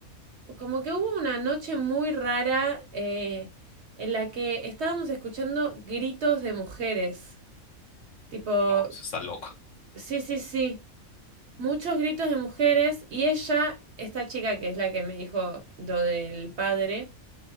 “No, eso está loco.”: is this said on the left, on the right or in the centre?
Left